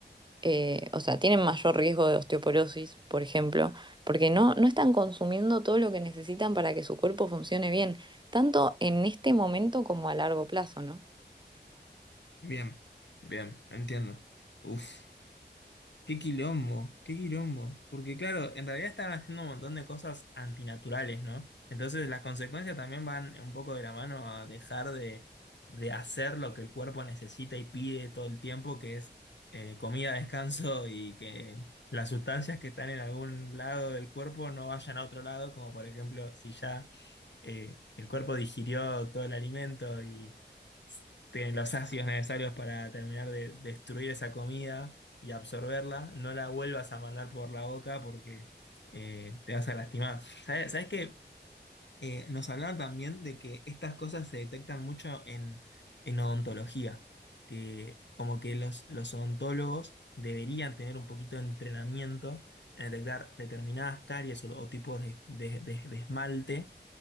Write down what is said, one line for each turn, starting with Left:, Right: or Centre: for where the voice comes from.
Right: eh, o sea, tienen mayor riesgo de osteoporosis, por ejemplo, porque no, no están consumiendo todo lo que necesitan para que su cuerpo funcione bien, tanto en este momento como a largo plazo, ¿no?
Left: Bien, bien, entiendo. Uf. Qué quilombo, qué quilombo. Porque claro, en realidad están haciendo un montón de cosas antinaturales, ¿no? Entonces las consecuencias también van un poco de la mano a dejar de, de hacer lo que el cuerpo necesita y pide todo el tiempo, que es eh, comida, <laughs> descanso y que las sustancias que están en algún lado del cuerpo no vayan a otro lado, como por ejemplo si ya eh, el cuerpo digirió todo el alimento y tienen los ácidos necesarios para terminar de destruir esa comida y absorberla, no la vuelvas a mandar por la boca porque eh, te vas a lastimar. ¿Sabes, sabes qué? Eh, nos hablaron también de que estas cosas se detectan mucho en, en odontología, que como que los, los odontólogos deberían tener un poquito de entrenamiento en detectar determinadas caries o, o tipos de de- de- de esmalte